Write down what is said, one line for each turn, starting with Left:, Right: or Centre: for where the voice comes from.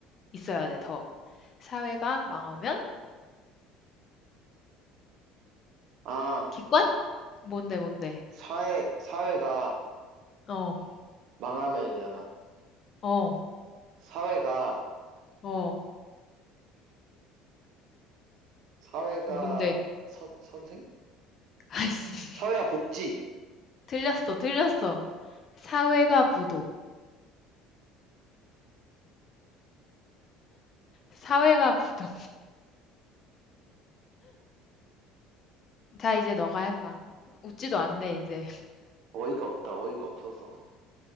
Left: 있어야 돼, 더. 사회가 망하면
Right: 아,
Left: 기관? 뭔데, 뭔데?
Right: 사회, 사회가
Left: 어,
Right: 망하면이잖아.
Left: 어,
Right: 사회가,
Left: 어,
Right: 사회가
Left: 뭔데?
Right: 선, 선생?
Left: 아이씨. <laughs>
Right: 사회와 복지!
Left: 틀렸어, 틀렸어. 사회가 부도. 사회가 부도. 자, 이제 너가 해봐. 웃지도 않네, 이제.
Right: 어이가 없다, 어이가 없어서.